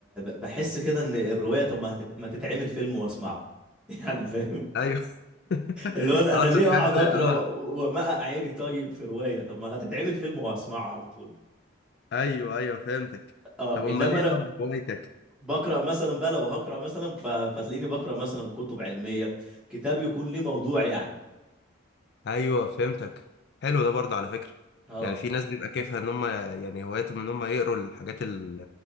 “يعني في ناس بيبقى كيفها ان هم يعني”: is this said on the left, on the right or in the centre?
Left